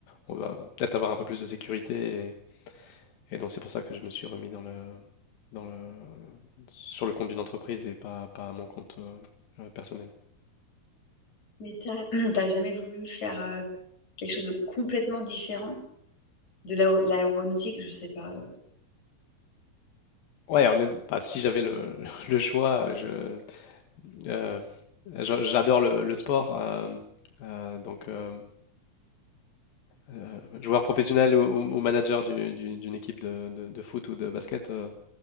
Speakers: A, on the left; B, on the left.
A: on va peut-être avoir un peu plus de sécurité et donc c'est pour ça que je me suis remis dans le, dans le, sur le compte d'une entreprise et pas, pas à mon compte euh, euh, personnel.
B: Mais t'as, <clears throat> t'as jamais voulu faire euh, quelque chose de complètement différent de l'aé- l'aéronautique, je sais pas. euh,
A: Ouais, honnête- bah, si j'avais le, <laughs> le choix, je, euh, je- j'adore le, le sport. euh, euh, donc, euh, euh, joueur professionnel ou, ou- ou manager du- du- d'une équipe de, de- de foot ou de basket, euh,